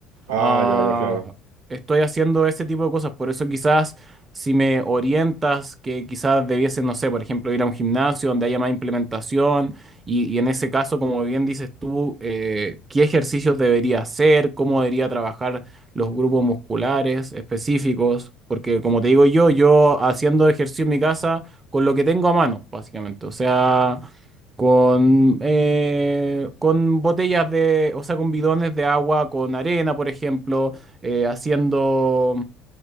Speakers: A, on the right; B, on the right.
A: Ah,
B: Ah,
A: ya, ya, claro.
B: estoy haciendo ese tipo de cosas, por eso quizás si me orientas que quizás debiese, no sé, por ejemplo, ir a un gimnasio donde haya más implementación y, y en ese caso, como bien dices tú, eh, qué ejercicios debería hacer, cómo debería trabajar los grupos musculares específicos, porque como te digo yo, yo haciendo ejercicio en mi casa con lo que tengo a mano, básicamente, o sea... Con, eh, con botellas de, o sea, con bidones de agua, con arena, por ejemplo, eh, haciendo,